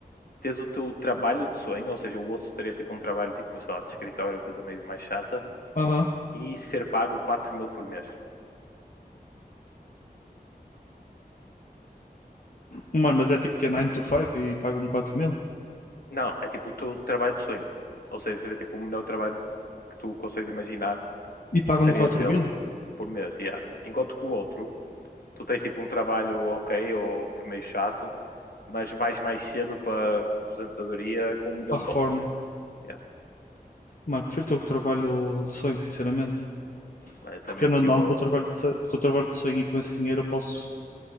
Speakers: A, on the left; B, on the left.
A: tens o teu trabalho de sonho, ou seja, o outro terias tipo um trabalho tipo, sei lá, de escritório, coisa meio mais chata,
B: Aham.
A: e ser pago 4 mil por mês.
B: Mano, mas é tipo que é 9 to 5 e pagam-me quatro mil?
A: Não, é tipo o teu trabalho de sonho. Ou seja, seria tipo o melhor trabalho que tu consegues imaginar,
B: E pagam-me
A: tu terias
B: 4
A: ele
B: mil?
A: por mês, yeah. Enquanto que o outro, tu tens tipo um trabalho ok, ou tipo, meio chato, mas vais mais cedo para a aposentadoria com um milhão
B: Para
A: de
B: a reforma.
A: dólares. yeah.
B: Mano, prefiro ter o trabalho de sonho, sinceramente.
A: Mas eu também
B: Porque não,
A: aqui
B: não,
A: vou.
B: com o trabalho de, so- com o trabalho de sonho e com esse dinheiro eu posso